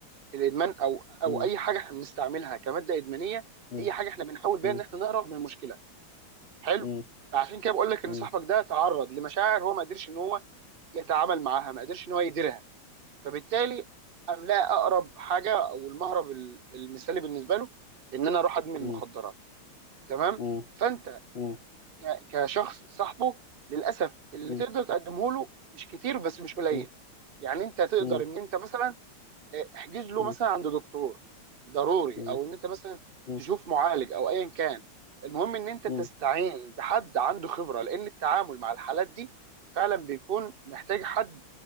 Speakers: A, on the right (about 45°); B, on the left (about 60°).
A: الادمان او او
B: مم،
A: اي حاجه احنا بنستعملها كماده ادمانيه
B: مم،
A: هي حاجه احنا بنحاول بيها
B: مم،
A: ان احنا نهرب من المشكله حلو
B: مم،
A: عشان كده بقول لك ان
B: مم،
A: صاحبك ده تعرض لمشاعر هو ما قدرش ان هو يتعامل معاها ما قدرش ان هو يديرها فبالتالي املاء اقرب حاجه او المهرب ال- المثالي بالنسبه له ان انا اروح ادمن
B: مم،
A: مخدرات تمام
B: مم،
A: فانت
B: مم،
A: ك- كشخص صاحبه للاسف اللي
B: مم،
A: تقدر تقدمه له مش كتير بس مش قليل
B: مم.
A: يعني انت تقدر
B: مم.
A: ان انت مثلا احجز له
B: مم.
A: مثلا عند دكتور ضروري
B: مم.
A: او ان انت مثلا
B: مم.
A: تشوف معالج او ايا كان المهم ان انت
B: مم.
A: تستعين بحد عنده خبره لان التعامل مع الحالات دي فعلا بيكون محتاج حد